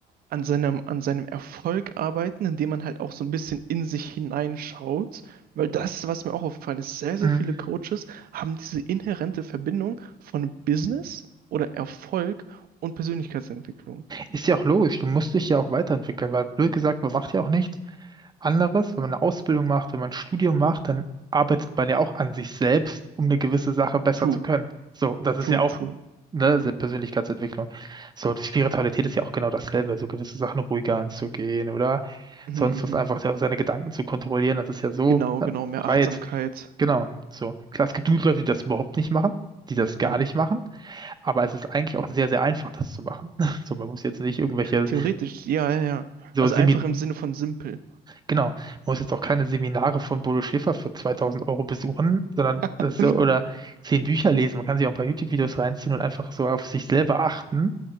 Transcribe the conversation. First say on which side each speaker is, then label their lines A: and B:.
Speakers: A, on the right (about 60°); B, on the right (about 25°).
A: an seinem, an seinem Erfolg arbeiten, indem man halt auch so ein bisschen in sich hineinschaut. Weil das, was mir auch aufgefallen ist, sehr, sehr
B: Mhm.
A: viele Coaches haben diese inhärente Verbindung von Business oder Erfolg und Persönlichkeitsentwicklung.
B: Ist ja auch logisch, du musst dich ja auch weiterentwickeln, weil blöd gesagt, man macht ja auch nichts anderes. Wenn man eine Ausbildung macht, wenn man ein Studium macht, dann arbeitet man ja auch an sich selbst, um eine gewisse Sache besser
A: True,
B: zu können. So, das ist
A: true,
B: ja auch,
A: true.
B: ne, Se- Persönlichkeitsentwicklung. So, die Spiritualität ist ja auch genau dasselbe, so gewisse Sachen ruhiger anzugehen oder
A: Mhm,
B: sonst
A: mhm.
B: was einfach ja, seine Gedanken zu kontrollieren, das ist ja so,
A: Genau,
B: ne,
A: genau, mehr
B: breit.
A: Achtsamkeit.
B: Genau, so. Klar, es gibt genug Leute, die das überhaupt nicht machen, die das gar
A: Mhm.
B: nicht machen. Aber es ist eigentlich auch sehr, sehr einfach, das zu machen. <laughs> So, man muss jetzt nicht irgendwelche,
A: Theoretisch, ja, ja, ja.
B: so
A: Also
B: Semin,
A: einfach im Sinne von simpel.
B: genau, man muss jetzt auch keine Seminare von Bodo Schäfer für 2000 Euro besuchen, sondern das
A: <laughs>
B: ist so, oder zehn Bücher lesen. Man kann sich auch ein paar YouTube-Videos reinziehen und einfach so auf sich selber achten,